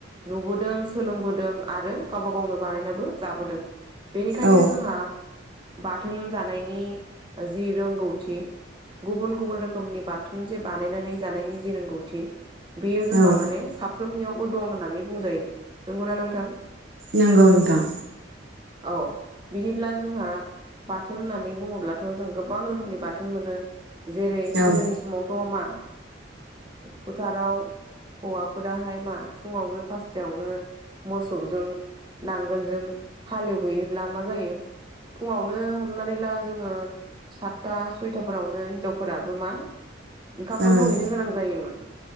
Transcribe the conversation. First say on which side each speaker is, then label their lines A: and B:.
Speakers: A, on the right (about 25°); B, on the right (about 60°).
A: नुबोदों सोलोंबोदों आरो गावबा गावनो बानायनाबो जाबोदों। बेनिखायनो
B: औ
A: जोंहा बाथोन जानायनि जि रोंगौथि गुबुन गुबुन रोखोमनि बाथोन जे बानायनानै जानायनि जि रोंगौथि बेयो जोंहा
B: औ
A: माने साफ्रोमनियावबो दं होननानै बुंजायो। नंगौना नोंथां?
B: नोंगौ नोंथां।
A: औ। बिदिब्ला जोंहा बाथोन होननानै बुङोब्लाथ जों गोबां रोखोमनि बाथोन मोनो जेरै गोदोनि
B: औ
A: स मावथ' मा फोथाराव हौवाफोराहाय मा फुङावनो फासथायावनो मोसौजों नांगोलजों हालेवहैयोब्ला मा जायो? फुङावनो हमनानै ला जोङो सातथा सयथाफोरावनो हिनजावफोराबो मा ओंखामफोरखौ
B: ओं
A: हैनो गोनां जायोमोन